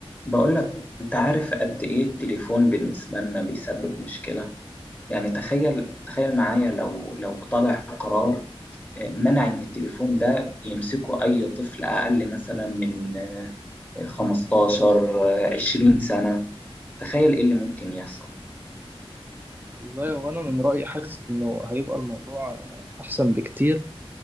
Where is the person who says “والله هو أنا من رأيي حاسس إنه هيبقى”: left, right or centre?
Right